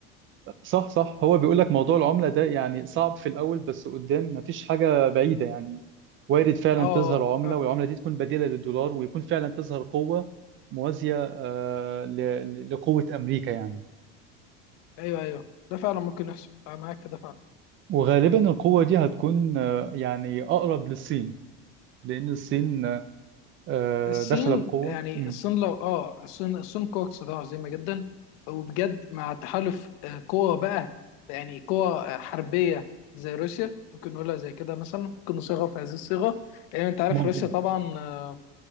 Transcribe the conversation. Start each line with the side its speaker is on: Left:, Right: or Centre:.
Right: صح صح هو بيقول لك موضوع العمله ده يعني صعب في الاول بس قدام مفيش حاجه بعيده يعني وارد فعلا
Left: اه آه،
Right: تظهر عمله
Left: فعلا
Right: والعمله دي تكون بديله للدولار ويكون فعلا تظهر قوه موازيه آه ل... ل- لقوه امريكا يعني
Left: ايوه ايوه ده فعلا ممكن يحصل انا معاك في ده فعلا
Right: وغالبا القوه دي هتكون آه، يعني اقرب للصين لان الصين آه،
Left: الصين
Right: داخله بقوه
Left: يعني
Right: مم.
Left: الصين لو اه الصين الصين قوة اقتصادية عظيمة جدا وبجد مع تحالف آه، قوى بقى يعني قوى آه، حربية زي روسيا ممكن نقولها زي كده مثلا ممكن نصيغها في هذه الصيغة لأن أنت عارف
Right: ممكن
Left: روسيا طبعا آه،